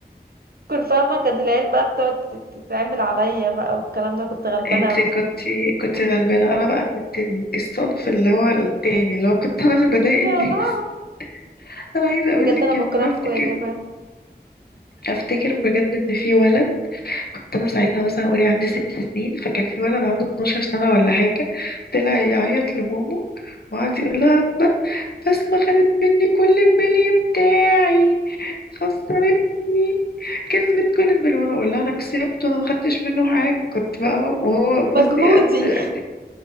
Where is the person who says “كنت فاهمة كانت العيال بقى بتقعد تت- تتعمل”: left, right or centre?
Right